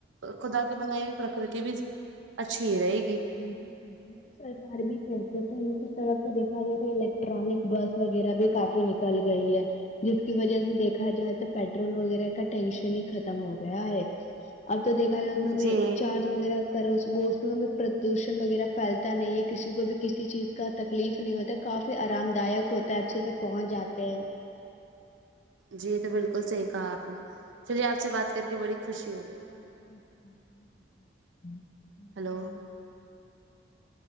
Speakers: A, on the right (about 85°); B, on the left (about 35°).
A: خدا کی بنائی ہوئی پرکرتی بھی اچھی رہے گی
B: بالکل ٹھیک ہے سرکار بھی کہتے تو ان کی طرف سے دیکھا جائے تو الیکٹرانک بس وغیرہ بھی کافی نکل گئی ہے جس کی وجہ سے دیکھا جائے تو پیٹرول وغیرہ کا ٹینشن ہی ختم ہو گیا ہے اب تو دیکھا جائے
A: جی
B: چار وغیرہ کرو بھی <unintelligible> پودھوشن وغیرہ پھیلتا نہیں ہے کسی کو بھی کسی چیز کا تکلیف نہیں ہوتا کافی آرام دائک ہوتا اچھے سے پہنچ جاتے ہیں
A: جی تو بالکل صحیح کہا آپ نے چلیے آپ سے بات کر کے بڑی خوشی ہوئی
B: <unintelligible>
A: ہلو